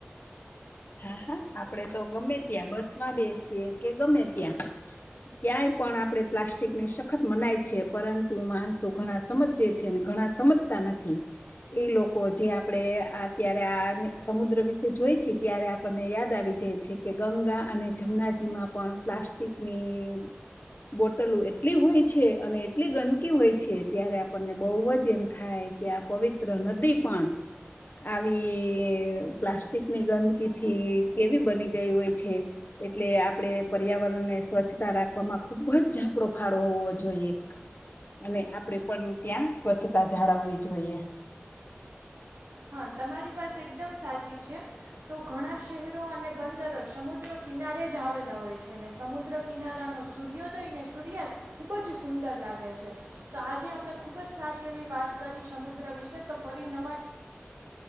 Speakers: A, on the left; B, on the right.
A: હા હા આપડે તો ગમે ત્યાં બસમાં બેસી કે ગમે ત્યાં ક્યાંય પણ આપણે પ્લાસ્ટિકની સખત મનાય છે પરંતુ માણસો ઘણા સમજે છે ઘણા સમજતા નથી એ લોકો જે આપડે અત્યારે આ સમુદ્ર વિશે જોય છે ત્યારે આપણને યાદ આવી જાય છે કે ગંગા અને જમનાજી માં પણ પ્લાસ્ટિકની બોટલુ એટલી હોય છે અને એટલી ગંદકી હોય છે ત્યારે આપણને બહુ જ એમ થાય કે આ પવિત્ર નદી પણ આવી પ્લાસ્ટિકની ગંદ થી કેવી બની ગઈ હોય છે એટલે આપડે પર્યાવરણને સ્વચ્છતા રાખવામાં ખુબજ ઝપડો ફાડવો હોવો જોઈએ અને આપણેે પણ ત્યાં સ્વચ્છતા જાળવવી જોઈએ
B: હા તમારી વાત એકદમ સાચી છે તો ઘણા શહેરો અને બંદરો સમુદ્ર કિનારે જ આવેલા હોય છે અનેને સમુદ્ર કિનારા ન સૂર્યોદય ને સૂર્યાસ્ત ખુબ જ સુંદર લાગ લાગે છે તો આજે આપણે ખુબજ સારી એવી વાત કરી સમુદ્ર વિશે તો ફરી નવા